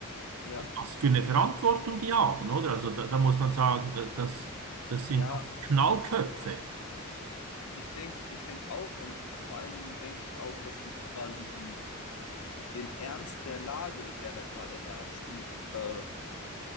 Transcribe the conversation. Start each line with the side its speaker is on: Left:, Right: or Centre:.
Left: ja,
Right: was für eine Verantwortung die haben, oder? Also da, da muss man sagen, da, das, das
Left: ja.
Right: sind doch Knallköpfe.
Left: Ich denke, ich denke auch und vor allen Dingen denke ich auch, dass die quasi die den Ernst der Lage, der da gerade herrscht, nicht, äh,